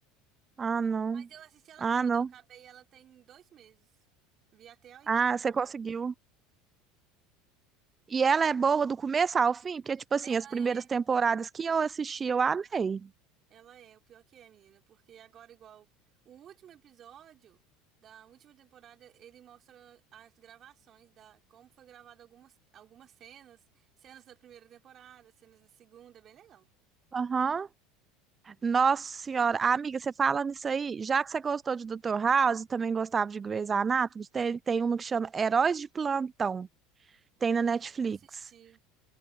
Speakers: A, on the right; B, on the right.
A: Ah, não.
B: Mas eu assisti ela
A: Ah,
B: toda,
A: não.
B: eu acabei ela tem dois meses. Vi até a oitava
A: Ah,
B: temporada.
A: você conseguiu. E ela é boa do começo ao fim, porque tipo assim,
B: Ela
A: as primeiras
B: é
A: temporadas que eu assisti, eu amei.
B: Ela é, o pior que é, menina, porque agora, igual o último episódio da última temporada, ele mostra as gravações da como foi gravada algumas, algumas cenas, cenas da primeira temporada, cenas da segunda, é bem legal.
A: Aham. Nossa senhora, amiga, você falando isso aí, já que você gostou de Doutor House, também gostava de Grey's Anatomy, tem, tem uma que chama Heróis de Plantão, tem na
B: Nunca
A: Netflix.
B: assisti.